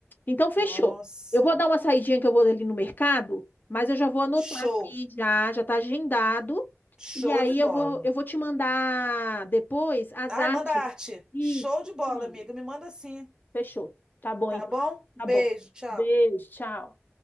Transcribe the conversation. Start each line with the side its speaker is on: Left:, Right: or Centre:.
Left: Então, fechou.
Right: Nossa,
Left: Eu vou dar uma saidinha que eu vou ali no mercado, mas eu já vou anotar
Right: show,
Left: aqui já, já tá agendado.
Right: show
Left: E aí
Right: de bola.
Left: eu vou, eu vou te mandar depois as
Right: Ai,
Left: artes.
Right: manda arte.
Left: Isso,
Right: Show de bola,
Left: te mando.
Right: amiga. Me manda sim,
Left: Fechou. Tá bom,
Right: tá
Left: então.
Right: bom? Beijo,
Left: Tá bom.
Right: tchau.
Left: Beijo, tchau.